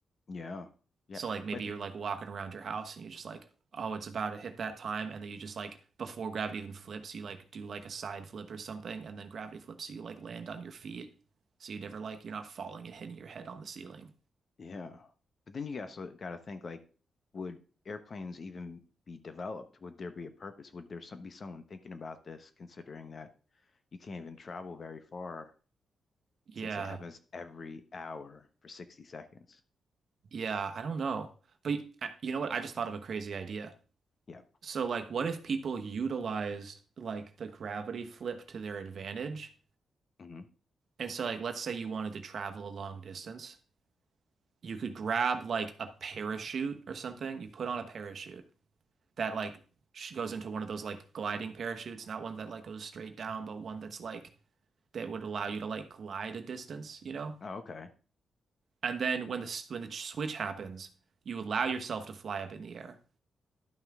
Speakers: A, on the left (about 45°); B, on the right (about 60°).
A: Yeah. Yeah.
B: So like maybe
A: But
B: you're
A: th-
B: like walking around your house and you just like, oh, it's about to hit that time, and then you just like before gravity even flips, you like do like a side flip or something, and then gravity flips, so you like land on your feet. So you never like you're not falling and hitting your head on the ceiling.
A: yeah. But then you also got to think like, would airplanes even be developed? Would there be a purpose? Would there some, be someone thinking about this, considering that? you can't even travel very far
B: Yeah.
A: since it happens every hour for 60 seconds.
B: Yeah, I don't know. But y- uh, you know what? I just thought of a crazy idea.
A: Yeah.
B: So like what if people utilized like the gravity flip to their advantage?
A: hmm
B: And so like let's say you wanted to travel a long distance. You could grab like a parachute or something. You put on a parachute that like goes into one of those like gliding parachutes, not one that like goes straight down, but one that's like that would allow you to like glide a distance, you know?
A: Oh, okay.
B: And then when the when the switch happens, you allow yourself to fly up in the air,